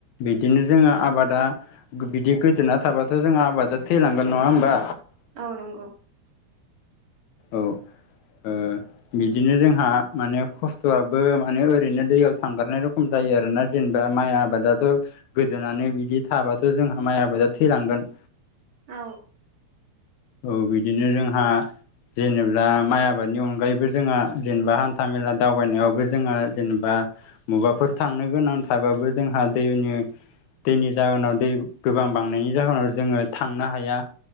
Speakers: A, on the left; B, on the right.
A: बिदिनो जोङो आबादा बिदि गोदोना थाबाथ' जोंङो आबादा थैलांगोन नङा होमबा
B: औ नंगौ
A: औ औ बिदिनो जोंहा माने खस्थ'आबो माने ओरैनो दैयाव थांगारनाय रखम जायो आरोना जेनेबा माइ आबादाथ' गोदोनानै बिदि थाबाथ' जोंहा माइ आबादा थैलांगोन
B: औ
A: औ बिदिनो जोंहा जेनेबा माइ आबादनि अनगायैबो जोंङो जेनेबा हान्था मेला दावबायनायावबो जोङो जेनेबा मबाफोर थांनो गोनां थाबाबो जोंहा दैनि दैनि जाहोनाव दै गोबां बांनायनि जाहोनाव जोङो थांनो हाया